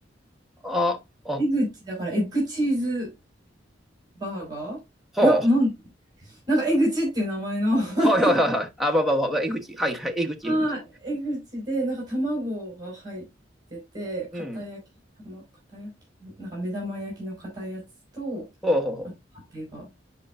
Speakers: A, in the centre; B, on the right (about 20°).
A: あ、あ、
B: 江口だからエッグチーズ
A: は
B: バーガーいや、
A: あ、
B: なんなんか、えぐちっていう名前の <laughs>
A: はいはいはいはい。あ、まあまあまあまはいはい、江口、
B: はい。
A: 江口。
B: <laughs> えぐちで、なんか卵が入ってて、片焼き、
A: うん、
B: 玉片焼き、なんか目玉焼きの片やつと、
A: ほうほうほ
B: あと、パテが